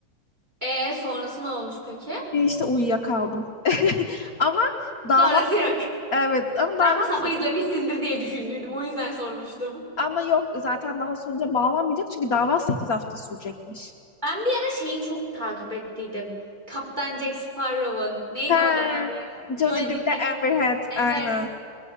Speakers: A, on the right; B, on the left.
A: Ee sonrası ne olmuş peki?
B: E, İşte uyuyakaldım. <laughs> Ama dava
A: Sonrası yok.
B: evet ama dava
A: Ben bu sapı
B: sek-
A: izlemişsindir diye düşündüydüm. O yüzden sormuştum.
B: ama yok zaten daha sonuca bağlanmayacak çünkü dava 8 hafta sürecekmiş.
A: Ben bir ara şeyi çok takip ettiydim. Kaptan Jack Sparrow'un. Neydi
B: He.
A: o adamın adı?
B: Johnny
A: Johnny
B: Depp
A: Depp'in.
B: ile Amber Heard
A: Evet.
B: aynen.